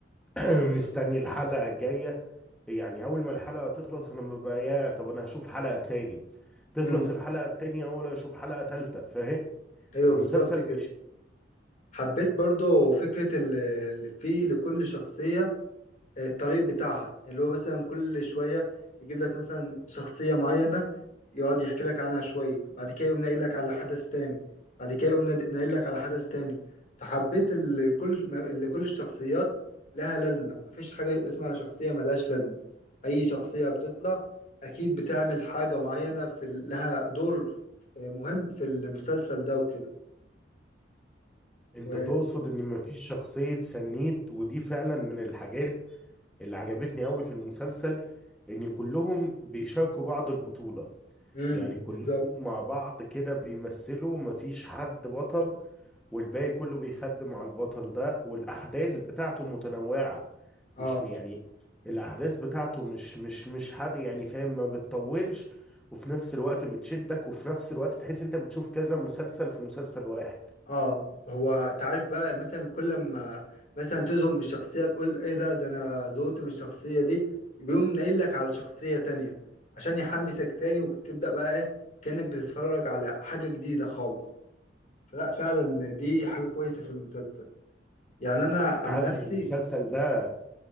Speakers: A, in the centre; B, on the left (about 45°).
A: <clears throat> مستني الحلقة الجاية يعني اول ما الحلقة تخلص انا ببقى يا طب انا هشوف حلقة تاني تخلص
B: امم
A: الحلقة التانية ولا اشوف حلقة تالتة فاهم
B: ايوه
A: فمسلسل
B: بالظبط كده حبيت برضو فكرة ال- اللي فيه لكل شخصية آه، الطريق بتاعها يعني اللي هو مثلا كل شوية يجيب لك مثلا شخصية معينة يقعد يحكي لك عنها شوية بعد كده يقوم ناقل لك على حدث تاني بعد كده يقوم ناد- ناقل لك على حدث تاني فحبيت اللي كل اللي كل الشخصيات لها لازمة مفيش حاجة اسمها شخصية ملهاش لازمة أي شخصية بتطلع أكيد بتعمل حاجة معينة في لها دور آه، مهم في المسلسل ده وكده
A: انت
B: و...
A: تقصد ان مفيش شخصية سنيد ودي فعلا من الحاجات اللي عجبتني قوي في المسلسل ان كلهم بيشاركوا بعض البطولة
B: مم.
A: يعني كلهم
B: بالظبط
A: مع بعض كده بيمثلوا مفيش حد بطل والباقي كله بيخدم على البطل ده والاحداث بتاعته متنوعة
B: اه
A: مش يعني الاحداث بتاعته مش مش مش حد يعني فاهم ما بتطولش وفي نفس الوقت بتشدك وفي نفس الوقت تحس انت بتشوف كذا مسلسل في مسلسل واحد
B: اه هو تعرف بقى مثلا كل ما مثلا تزهق من الشخصية تقول ايه ده ده انا زهقت من الشخصية دي يقوم ناقل لك على شخصية تانية عشان يحمسك تاني وتبدأ بقى ايه كأنك بتتفرج على حاجة جديدة خالص فلا فعلا دي حاجة كويسة في المسلسل يعني انا
A: انت
B: عن
A: عارف
B: نفسي
A: ان المسلسل ده